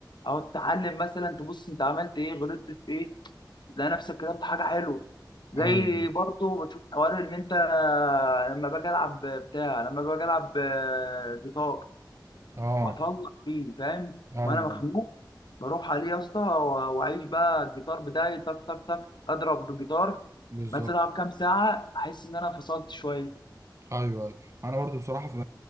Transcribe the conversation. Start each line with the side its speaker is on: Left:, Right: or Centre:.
Left: او تتعلم مثلا تبص انت عملت ايه غلطت في ايه تلاقي نفسك كتبت حاجه حلوه زي
Right: ايوه أيوه.
Left: برضه بشوف حوار ان انت لما باجي العب بتاع لما باجي العب آه، جيتار
Right: اه
Left: بطلع فيه فاهم
Right: ايوه
Left: وانا مخنوق بروح عليه يا اسطى و- واعيش بقى الجيتار بتاعي تك تك تك اضرب بالجيتار
Right: بالظبط
Left: مثلا العب كام ساعه احس ان انا فصلت شويه
Right: ايوه أيوة. انا برضو بصراحه في